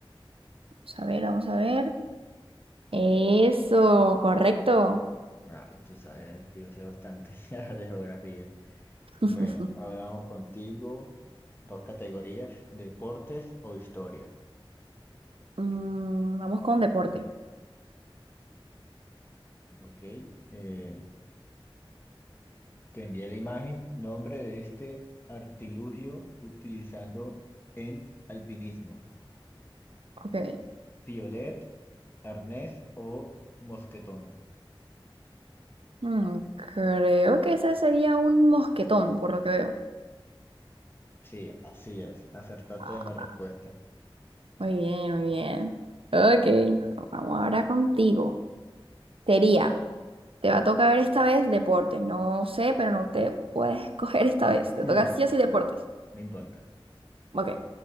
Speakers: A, on the right; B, on the left.
A: Vamos a ver, vamos a ver. Eso, correcto.
B: Ah, tú sabes que yo sé bastante <laughs> de geografía.
A: <laughs>
B: Bueno, ahora vamos contigo. Dos categorías, deportes o historia.
A: Mm, vamos con deporte.
B: Ok. Eh, te envié la imagen, nombre de este artilugio utilizando en alpinismo.
A: Ok.
B: Piolet, arnés o mosquetón.
A: Mm, creo que ese sería un mosquetón, por lo que veo.
B: Sí, así es. Acertaste
A: Ah,
B: en la respuesta.
A: muy bien, muy bien. Ok, vamos ahora contigo. Sería, te va a tocar esta vez deportes. No sé, pero no te puedes <laughs> escoger esta vez.
B: <laughs>
A: Te
B: Nada,
A: toca sí o sí deportes.
B: No importa.
A: Ok,